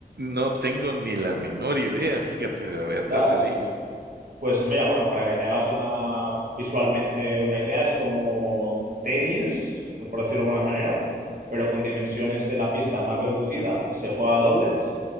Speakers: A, on the right (about 80°); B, on the right (about 55°).
A: No tengo ni la menor idea, fíjate, la verdad
B: Ostras.
A: te digo.
B: Pues mira, bueno, para que te hagas una visualmente una idea, es como tenis, por decirlo de alguna manera, pero con dimensiones de la pista más reducida, se juega a dobles